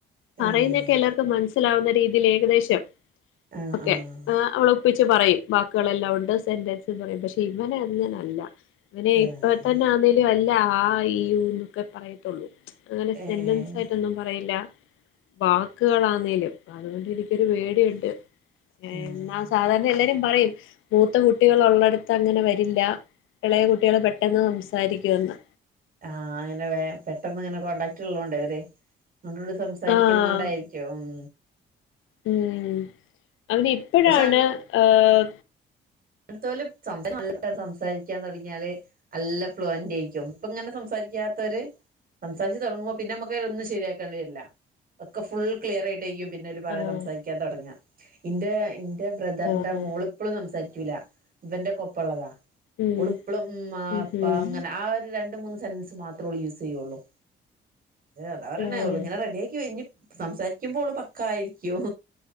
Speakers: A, on the left (about 85°); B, on the right (about 45°).
A: പറയുന്നെയൊക്കെ
B: ഏഹ്
A: എല്ലാർക്കും മൻസ് സിലാവുന്ന രീതിയിൽ ഏകദേശം
B: ആഹ്
A: ഒക്കെ.
B: ആഹ്
A: ഏഹ് അവള് ഒപ്പിച്ച് പറയും വാക്കുകളെല്ലാം ഉണ്ട് സെന്റൻസ് ന്ന് പറയും പക്ഷെ ഇവനെ അങ്ങനല്ല. അവന് ഇപ്പ
B: ആഹ്
A: തന്നെ ആന്നേലും അല്ല ആ ഈ ഊ ന്നൊക്കെ പറയത്തൊള്ളൂ. അങ്ങനെ സെന്റൻസ്
B: ഏഹ്
A: സായിട്ടൊന്നും പറയില്ല. വാക്കുകളാന്നേലും അതുകൊണ്ട് എനിക്കൊരു പേടിയുണ്ട്. ഏ
B: ആഹ്
A: എന്നാ
B: ആഹ്
A: സാധാരണ എല്ലാരും പറയും മൂത്ത കുട്ടികൾ ഉള്ളടത്ത് അങ്ങനെ വരില്ല. എളയ കുട്ടികൾ പെട്ടെന്ന് സംസാരിക്കുവെന്ന്.
B: ആഹ് അങ്ങനെ വേം പെട്ടെന്ന് ഇങ്ങനെ കോണ്ടടാക്ട് ഉള്ളോണ്ടെ ഇവര് അങ്ങട്ടും ഇങ്ങട്ടും സംസ് സാരിക്കുന്നോണ്ടായിരിക്കും
A: ആഹ്
B: ഉം.
A: ഉം അങ്ങനെ ഇപ്പഴാണ്
B: പക്ഷെ
A: ഏഹ്
B: അങ്ങൻത്തോല് സംസ <unintelligible> നല്ല പോലെ സംസാരിക്കാൻ തുടങ്ങിയാല് നല്ല ഫ്ലുവൻ്റേക്ക്യും. ഇപ്പങ്ങനെ സംസാരിക്കാത്തവര് സംസാരിച്ച് തുടങ്ങുമ്പം പിന്നെ നമക്ക് അയ്ലൊന്നും ശരിയാക്കേണ്ടി വര്ല്ല. ഒക്കെ ഫുൾ ക്ലിയറായി വൈകിയും പിന്നെ ഒരു പറ
A: ആഹ്
B: സംസാരിക്കാൻ തുടങ്ങ ന്റെ ന്റെ ബ്രദറിന്റെ
A: ആഹ്
B: മോളിപ്പളും സംസാരിക്ക കൂല ഇവന്റെ കൊപ്പംള്ളതാ
A: ഉം
B: ഉളിപ്പളും മ് അ
A: ഉം
B: അപ്പ
A: ഉം
B: അങ്ങനെ ആ ഒരു രണ്ട് മൂന്ന് സെന് മാത്രേള്ളൂ യൂസ് ചെയ്യുള്ളൂ ഏഹ് അത അവരെണ്ണേള്ളൂ
A: ആഹ്
B: ഇങ്ങനെ റെഡിയ ആക്കി കഴിഞ് സംസാരിക്കുമ്പോള് പക്കായിരിക്കും